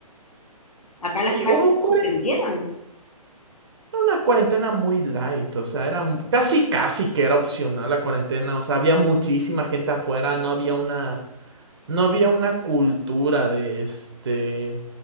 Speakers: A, on the left (about 70°); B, on the right (about 45°).
A: acá las
B: Y
A: clases
B: hubo cuaren-
A: se suspendieron,
B: una cuarentena muy light, o sea, era mu- casi casi que era opcional la cuarentena, o sea, había muchísima gente afuera, no había una No había una cultura de este,